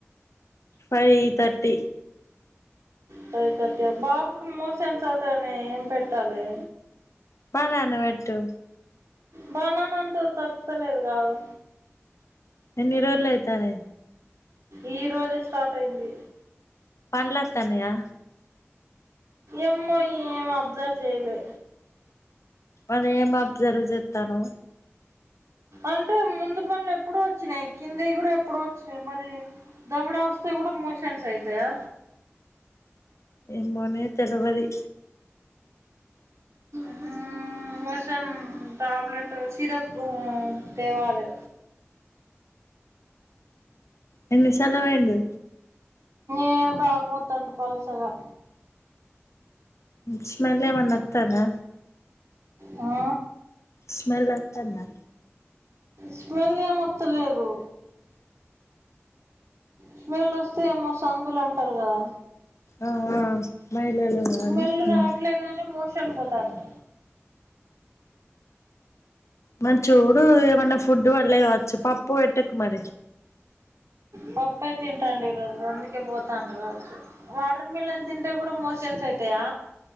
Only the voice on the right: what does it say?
ఫైవ్ థర్టీ అ, బాబుకి మోషన్స్ అవ్తానై ఏం పెట్టాలే?
బనన అంటవ్ తగ్తలేదు గాదు?
ఈ రోజే స్టార్ట్ అయింది.
ఎమ్మో ఏం అబ్జర్వ్ చేయలే.
అంటే ముందు పన్లేప్పుడో వచ్చినయి, కిందియి కూడా ఎప్పుడో వచ్చినయి. మరీ దవడ వస్తే గుడ మోషన్స్ అయితయా?
మ్ మోషన్ ట్యాబ్లెట్, సిరపు తేవాలె.
ఏ బాగ పోత్తాండు పల్చగా.
ఆ
స్మెల్ ఏ మొత్తలేదు. స్మెల్ వస్తే ఏమో సన్ దులు అంటరు గదా?
స్మెల్ రావట్లేగాని
మోషన్ పోతాండు.
పప్పే తింటాండు ఈరోజు, అందుకే పోతాండు గావచ్చు. వాటర్ మిలన్ తింటే కూడా మోష్ షన్స్ ఐతయా?